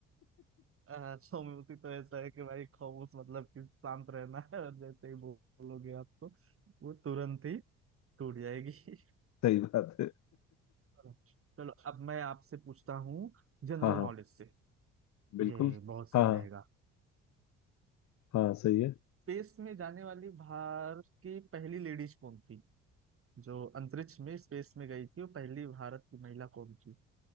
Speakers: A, on the right (about 40°); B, on the left (about 55°).
A: आ, खामोशी तो ऐसा है कि भाई खामोश मतलब कि शांत रहना है और जैसे ही बोलोगे आप तो वो तुरंत ही टूट जाएगी <laughs>
B: सही बात है
A: चलो चलो, अब मैं आपसे पूछता हूँ जनरल
B: हाँ हाँ
A: नॉलेज से ये
B: बिल्कुल
A: बहुत सही
B: हाँ हाँ
A: रहेगा
B: हाँ, सही है
A: स्पेस में जाने वाली भारत की पहली लेडीज कौन थी जो अंतरिक्ष में स्पेस में गई थी वो पहली भारत की महिला कौन थी